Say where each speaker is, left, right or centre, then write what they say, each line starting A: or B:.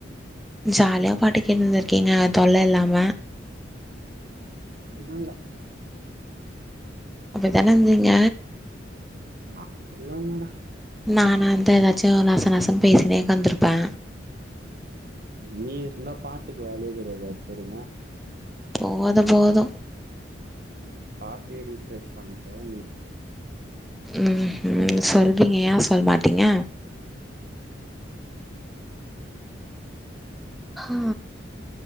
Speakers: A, in the centre; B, on the right.
A: ஜாலியா பாட்டு கேட்னு இருந்துருகீங்க தொல்ல இல்லாம
B: இல்ல
A: அப்டி தான இருந்தீங்க
B: மா இல்லங் மேடம்
A: நானா இருந்தா ஏதாச்சு நசநசனு பேசினே ஒக்காந்துருப்பே
B: நீ இருந்தா பாட்டுக்கு வேலயே கெடையாது அது தெரியுமா
A: போது போது
B: ம் பார்ட்டிய ரீப்ளேஸ் பண்ற நீ
A: ம் ம் சொல்வீங்க ஏ சொல் மாட்டீங்க <inaudible>
B: ம்